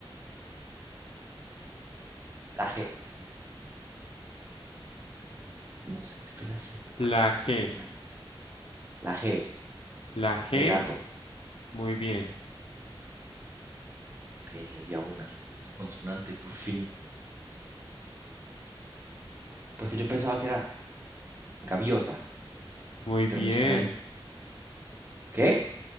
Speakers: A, on the right; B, on the left.
A: La G, no sé qué estoy haciendo, porque
B: La
A: no sé
B: que,
A: qué animal es. La G,
B: la G,
A: de gato.
B: muy bien,
A: Ok, les di a una, una consonante, por fin. Porque yo pensaba que era gaviota,
B: muy
A: pero
B: bien.
A: no está la I. ¿Qué?